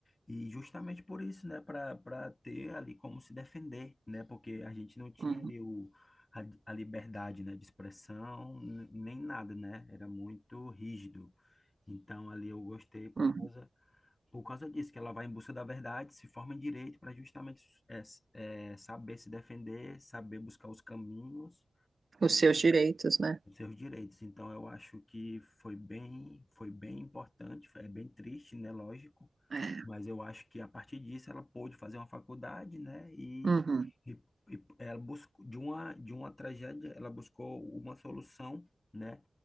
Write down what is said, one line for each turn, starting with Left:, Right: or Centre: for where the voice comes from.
Left: E justamente por isso, né, para para ter ali como se defender, né? Porque a gente não tinha
Right: Uhum,
Left: ali o, a, a liberdade, né, de expressão, n- nem nada, né? Era muito rígido. Então ali eu gostei por
Right: uhum.
Left: causa por causa disso, que ela vai em busca da verdade, se forma em direito para justamente é, s- é, saber se defender, saber buscar os caminhos
Right: Os seus direitos, né?
Left: os seus direitos. Então, eu acho que foi bem, foi bem importante, foi- é bem triste, né? Lógico,
Right: É,
Left: mas eu acho que a partir disso ela pôde fazer uma faculdade, né? E,
Right: uhum,
Left: e, e ela buscou de uma de uma tragédia, ela buscou uma solução, né?